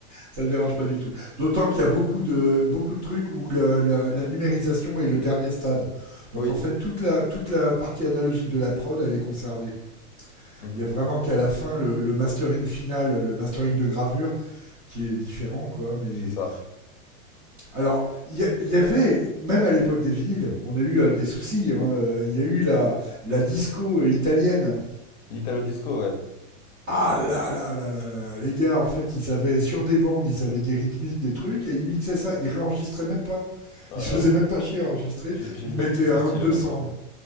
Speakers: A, on the right (about 20°); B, on the left (about 45°).
A: ça me dérange pas du tout. D'autant qu'il y a beaucoup de, beaucoup de trucs où la, la, la, numérisation est le dernier stade. Donc
B: Oui,
A: en fait, toute la, toute la partie analogique de la prod, elle est conservée.
B: mhm,
A: Il y a vraiment qu'à la fin le, le, mastering final, le mastering de gravure qui est différent, quoi. Mais
B: c'est ça.
A: alors, il y, y, avait même à l'époque des vinyles, on a eu euh, des soucis. Il hein, euh, Il y a eu la, la disco euh, italienne.
B: L'Italo disco, ouais.
A: Ah là, là là là là là les gars, en fait, ils avaient sur des bandes, ils avaient des rythmiques, des trucs, et ils mixaient ça. Ils réenregistraient même pas.
B: Voilà.
A: Ils se faisaient même pas chier à enregistrer.
B: J'ai- j'aime
A: Ils mettaient
B: pas du tout ce
A: un
B: style,
A: ou deux
B: honnêtement.
A: cents.